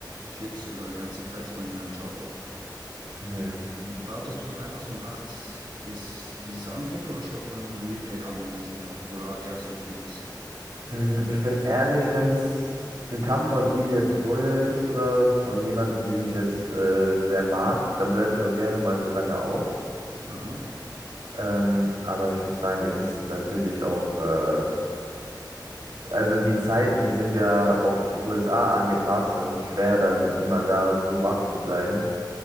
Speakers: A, on the right; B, on the right.
A: Clips oder ganze Fights von denen anschaut.
B: mhm.
A: Wartest du denn einfach so nachts, bis, bis es anfängt oder schaust dann ein Replay an am nächsten Tag oder eher so Clips?
B: Mm, Ich bin ehrlich, wenn es ein Kampf von Ilia Topuria ist oder von jemandem, den ich jetzt äh, sehr mag, dann bleibe ich auch gerne mal so lange auf.
A: Aha.
B: Ähm, aber ich muss sagen, es ist natürlich auch, äh, also die Zeiten sind ja auf die USA angepasst. Das ist schwer, dann immer da so wach zu bleiben.